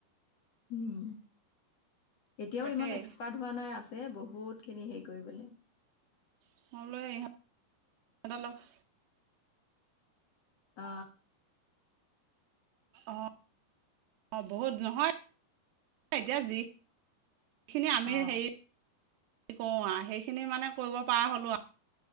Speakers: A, on the left; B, on the right.
A: উম। এতিয়াও
B: তাকেই
A: ইমান এক্সপাৰ্ট হোৱা নাই। আছে বহুত খিনি হেৰি কৰিবলে।
B: মই বোলো ইহঁত লগ-
A: অ
B: অ বহুত নহয় এতিয়া যি সেইখিনি আমি
A: অ
B: হেৰি কৰোঁ আও সেইখিনি মানে কৰিব পৰা হ'লোঁ আও।